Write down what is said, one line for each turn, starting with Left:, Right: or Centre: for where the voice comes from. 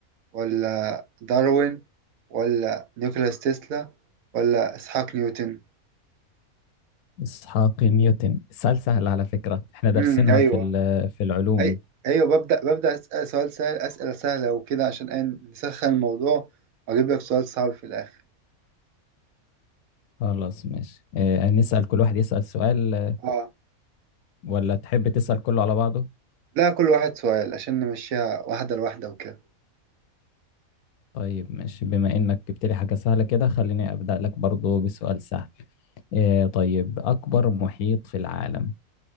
Right: ولا داروين ولا نيكولاس تسلا ولا إسحاق نيوتن
Left: إسحاق نيوتن السؤال سهل على فكرة إحنا دارسينها
Right: امم ايوه
Left: في ال- في العلوم
Right: أي... ايوه ببدأ ببدأ أسأل سؤال سهل أسئلة سهلة وكده عشان إيه نسخن الموضوع وأجيب لك سؤال صعب في الآخر
Left: خلاص ماشي آه، نسأل كل واحد يسأل سؤال آه،
Right: اه
Left: ولا تحب تسأل كله على بعضه
Right: لا كل واحد سؤال عشان نمشيها واحدة لواحدة وكده
Left: طيب ماشي بما انك جبت لي حاجة سهلة كده خليني ابدأ لك برضو بسؤال سهل إيه طيب اكبر محيط في العالم